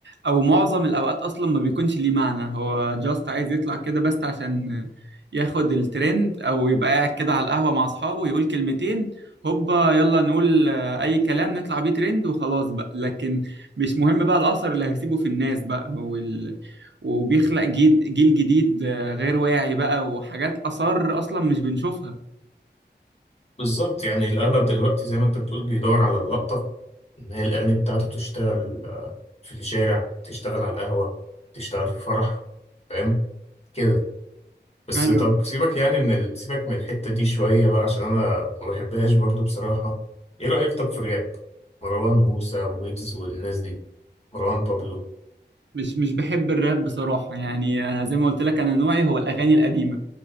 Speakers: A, on the right; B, on the left.
A: او معظم الاوقات اصلا ما بيكونش ليه معنى هو جاست عايز يطلع كده بس عشان ياخد الترند او يبقى قاعد كده على القهوه مع اصحابه يقول كلمتين هوبا يلا نقول آه، اي كلام نطلع بيه ترند وخلاص بقى لكن مش مهم بقى الاثر اللي هيسيبه في الناس بقى وال... وبيخلق جيل جيل جديد غير واعي بقى وحاجات آثار أصلا مش بنشوفها
B: بالظبط يعني الأغلب دلوقتي زي ما أنت بتقول بيدور على اللقطة إن هي الأغاني بتاعته بتشتغل آه، في الشارع تشتغل على القهوة تشتغل في فرح فاهم كده بس
A: أيوه
B: طب سيبك يعني من ال... سيبك من الحتة دي شوية بقى عشان أنا ما بحبهاش برضو بصراحة إيه رأيك طب في الراب مروان موسى ويجز والناس دي مروان بابلو
A: مش مش بحب الراب بصراحة يعني أنا زي ما قلت لك أنا نوعي هو الأغاني القديمة